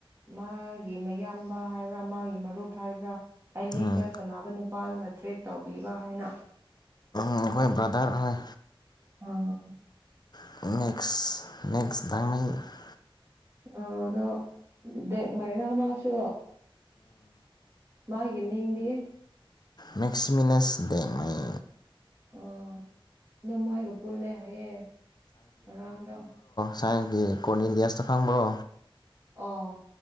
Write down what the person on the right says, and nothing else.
ꯃꯥꯒꯤ ꯃꯌꯥꯝꯕ ꯍꯥꯏꯕ꯭ꯔ ꯃꯥꯒꯤ ꯃꯔꯨꯞ ꯍꯥꯏꯕ꯭ꯔ ꯑꯥꯢ ꯂꯤꯛꯇ
ꯁꯥꯟꯅꯕ ꯅꯨꯄꯥꯗꯨꯅ ꯇ꯭ꯔꯤꯠ ꯇꯧꯕꯤꯕ ꯍꯥꯏꯅ
ꯑꯣꯑꯣ
ꯑ ꯑꯗꯣ ꯗꯦꯛꯃꯩꯔ ꯃꯥꯁꯨ ꯃꯥꯒꯤ ꯃꯤꯡꯗꯤ
ꯎꯝ ꯑꯗꯨ ꯃꯣꯏꯒ ꯄꯨꯜꯂꯦ ꯍꯥꯏꯌꯦꯦ ꯉꯔꯥꯡꯗꯣ
ꯑꯥ꯬꯬